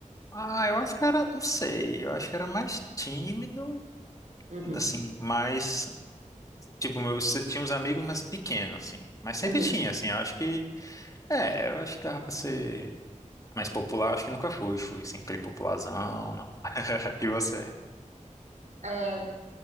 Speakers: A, on the left (about 25°); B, on the right (about 65°).
A: Ah, eu acho que era, não sei, eu acho que era mais tímido,
B: Uhum,
A: assim, mais, tipo, meu, se- tinha uns amigos mais pequenos, assim, mas sempre
B: uhum.
A: tinha, assim, eu acho que, é, eu acho que dava pra ser mais popular, acho que nunca fui, fui, assim, aquele popularzão, não. <laughs> E você?
B: É,